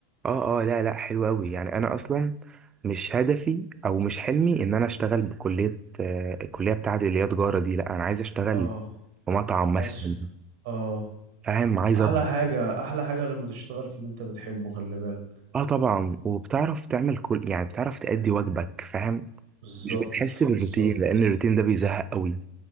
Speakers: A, on the right; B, on the right.
A: اه اه لا لا حلو قوي يعني انا اصلا مش هدفي او مش حلمي ان انا اشتغل بكليه آه، الكليه بتاعتي اللي هي تجاره دي لا انا عايز اشتغل
B: اه
A: في مطعم مثلا
B: حش اه
A: فاهم عايز
B: احلى
A: اطبخ
B: حاجة احلى حاجة لما تشتغل في اللي انت بتحبه خلي بالك
A: اه طبعا وبتعرف تعمل كل يعني بتعرف تأدي واجبك فاهم
B: بالظبط
A: مش بتحس بالروتين
B: بالظبط
A: لان الروتين ده بيزهق قوي